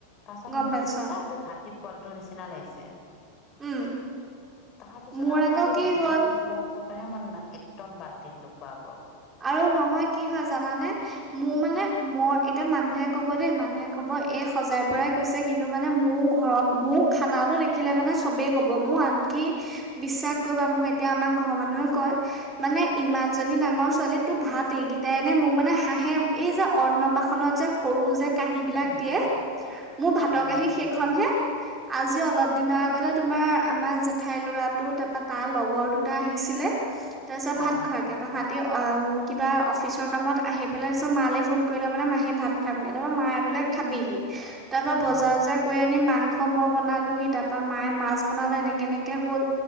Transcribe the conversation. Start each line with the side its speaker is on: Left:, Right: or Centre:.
Left: তাৰপিছত
Right: গম
Left: মোক
Right: পাইছো
Left: কৈছে চা
Right: অ',
Left: তো হাত- পোৱালিটোৰ নিচিনা লাগিছে।
Right: উম,
Left: তাৰপিছত
Right: মোৰ
Left: আৰু
Right: আকৌ
Left: মই সেই
Right: কি
Left: ভিডিঅ'টো
Right: হ'ল
Left: চোৱাৰ পিছত কিবাহে মন না একদম বাদ দিলোঁ বা কৰ।
Right: আৰু নহয় কি হয় জানানে মোৰ মানে মই এতিয়া মানুহে কব দেই। মানুহে কব এই সজাই পৰাই কৈছে। কিন্তু মানে মোৰ ঘৰৰ মোৰ খানা দেখিলে মানে চবেই কব মোৰ আনকি বিশ্বাস কৰিবা মোৰ এতিয়া আমাক ঘৰৰ মানুহে কয় মানে ইমান জনী ডাঙৰ- ছোৱালী তো ভাত এইকেইটাইনে মোক মানে হাঁহে এই যে অন্নপাশনত যে সৰু যে কাহি বিলাক
Left: উম,
Right: দিয়ে মোৰ ভাতৰ
Left: উম,
Right: কাহি সেইখন হে আজি অলপ দিনৰ আগতে তোমাৰ আমাৰ জেঠাইৰ ল'ৰাটো তাৰপা তাৰ লগৰ দুটা আহিছিলে তাৰপিছত
Left: অ',
Right: ভাত খোৱাকে তাহাত। ওম কিবা অফিচৰ কামত আহি পেলাই তছত মালৈ ফোন কৰিলে। মানে মাহী ভাত খামগৈ তাৰপৰা মে বোলে খাবিহি। তাৰপা
Left: অ', উম।
Right: বজাৰ জাৰ কৰি আ- নি মাংস মই বনালো তাপা মায়ে মাছ বনালো এনেকে এনেকে হ'ল।